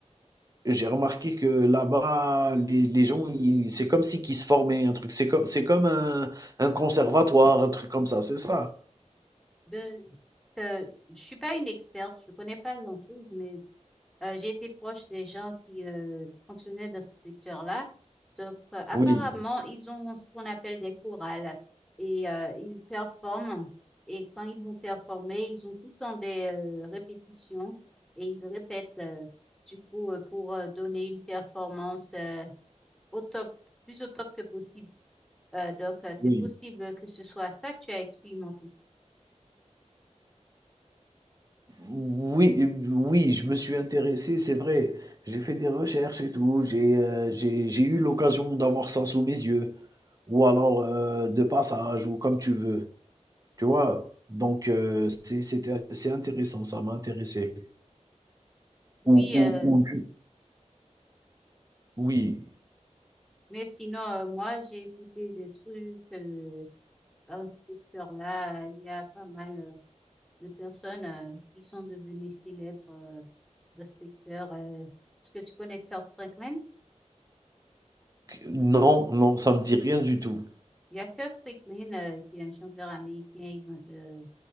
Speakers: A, on the right; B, in the centre.
A: j'ai remarqué que là-bas, les, les gens, ils- c'est comme si qu'ils se formaient un truc. C'est comme, c'est comme un, un conservatoire, un truc comme ça, c'est ça.
B: Ben, euh, je suis pas une experte, je connais pas grand-chose, mais euh, j'ai été proche des gens qui euh, fonctionnaient dans ce secteur-là. Donc, euh, apparemment,
A: Oui,
B: ils ont ce qu'on appelle des chorales et euh, ils performent. Et quand ils vont performer, ils ont tout le temps des euh, répétitions et ils répètent euh, du coup euh, pour euh, donner une performance euh, au top, plus au top que possible. Euh, donc, euh, c'est
A: oui.
B: possible que ce soit ça que tu as expérimenté.
A: Oui, euh, oui, je me suis intéressé, c'est vrai. J'ai fait des recherches et tout. J'ai euh, j'ai, j'ai eu l'occasion d'avoir ça sous mes yeux. Ou alors euh, de passage, ou comme tu veux. Tu vois? Donc, euh, c'est c'était- c'est intéressant, ça m'a intéressé.
B: Oui,
A: Ou,
B: euh,
A: ou, ou du- oui.
B: Mais sinon, euh, moi, j'ai écouté des trucs euh, dans ce secteur-là. Il y a pas mal euh, de personnes euh, qui sont devenues célèbres euh, dans ce secteur. euh. Est-ce que tu connais Kirk Franklin?
A: Non, non, ça me dit rien du tout.
B: Il y a Kirk Franklin euh, qui est un chanteur américain évan- euh,